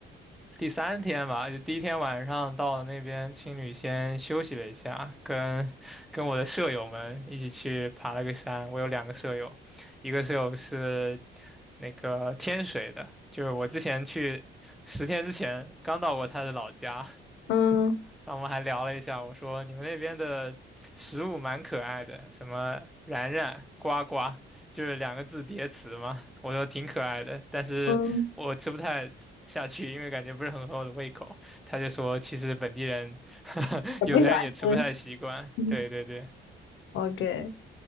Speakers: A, in the centre; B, on the left (about 75°).
A: 第三天吧，就第一天晚上到了那边，青旅先休息了一下，跟跟我的舍友们一起去爬了个山。我有两个舍友，一个舍友是那个天水的，就是我之前去十天之前刚到过他的老家，
B: 嗯
A: 然后我们还聊了一下，我说你们那边的食物蛮可爱的，什么然然、呱呱，就是两个字叠词嘛。我说挺可爱的，但是我吃不太下去，
B: 嗯，
A: 因为感觉不是很合我的胃口。他就说，其实本地人 <laughs>
B: 也不喜欢吃。
A: 有的人也吃不太习惯。
B: 嗯
A: 对对对
B: OK，